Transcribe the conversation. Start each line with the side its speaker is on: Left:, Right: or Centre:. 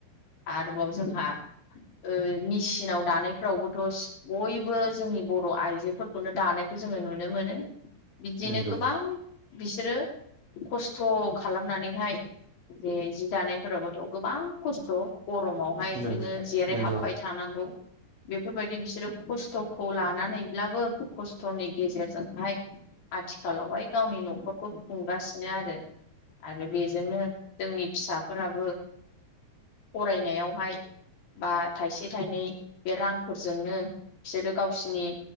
Left: आरोबाव जोंहा ओ मेसिनाव दानायफोरावबोथ' बयबो जोंनि बर' आइजोफोरखौनो दानायखौ जोङो नुनो मोनो। बिदिनो
Right: नंगौ
Left: गोबां बिसोरो खस्थ' खालामनानैहाय बेे जि दानायफोरावबोथ' गोबां खस्थ' गरमावहाय
Right: नों
Left: नोङो जेराय
Right: नंगौ
Left: हाबबाय थानांगौ बेफोरबायदि बिसोरो खस्थ' खौ लानानैब्लाबो खस्थ'नि गेजेरजोंहाय आथिखालावहाय गावनि न'खरखौ खुंगासिनो आरो आरो बेजोंनो जोंनि फिसाफोराबो फरायनायावहाय बा थाइसे थाइनै बे रांफोरजोंनो बिसोरो गावसिनि